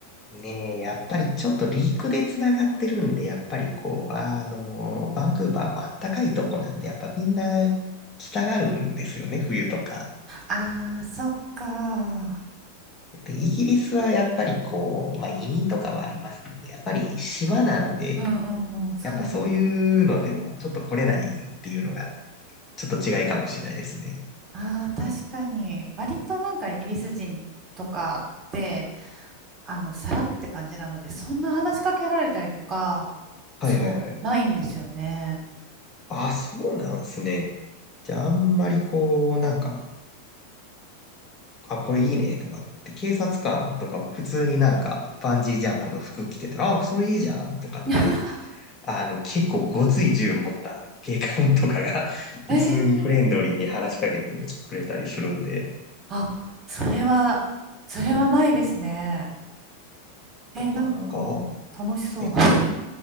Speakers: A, on the left (about 30°); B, on the right (about 30°).
A: ねえ、やっぱりちょっとリークで繋がってるんで、やっぱりこう、あの、バンクーバーもあったかいとこなんで、やっぱみんな来たがるんですよね、冬とか。
B: ああ、そっか。
A: で、イギリスはやっぱりこう、まあ移民とかはありますけど、やっぱり島なんで、
B: うんうんうん、そうですね。
A: やっぱそういうのでもちょっと来れないっていうのがちょっと違いかもしれないですね。
B: ああ、確かに。割となんかイギリス人とかって、あの、さらって感じなので、そんな話しかけられたりとか、
A: はいはいはい。
B: そう、ないんですよね。
A: あ、そうなんですね。じゃあ、あんまりこう、なんか、あ、これいいね、とかって、警察官とかも普通になんか、バンジージャンプの服着てたら、あ、それいいじゃん、とかって、
B: <laughs>
A: あの、結構ごつい銃持った警官とかが <laughs>、普通にフレンドリーに話しかけてくれたりするんで、
B: えー、あ、それは、それはないですね。えー、
A: だからなんか、
B: なんか、楽しそう。
A: え、こ、